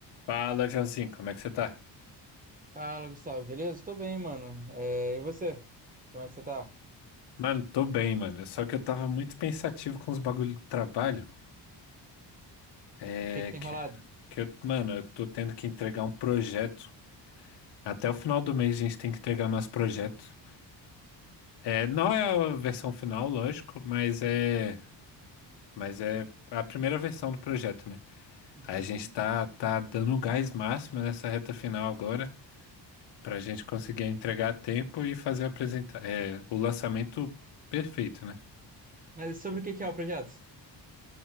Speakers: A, on the left (about 65°); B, on the right (about 20°).
A: Fala, Joãozinho, como é que você tá?
B: Fala, Gustavo, beleza? Tô bem, mano. É, e você? Como é que você tá?
A: Mano, tô bem, mano. É Só que eu tava muito pensativo com os bagulho do trabalho. É
B: O que que tem
A: que,
B: rolado?
A: que eu, mano, eu tô tendo que entregar um projeto. Até o final do mês a gente tem que entregar o nosso projeto. É, não é a versão final, lógico, mas é, mas é a primeira versão do projeto, né?
B: Entendi.
A: Aí A gente tá, tá dando o gás máximo nessa reta final agora, pra gente conseguir entregar a tempo e fazer apresentar, é, o lançamento perfeito, né?
B: Mas sobre o que que é o projeto?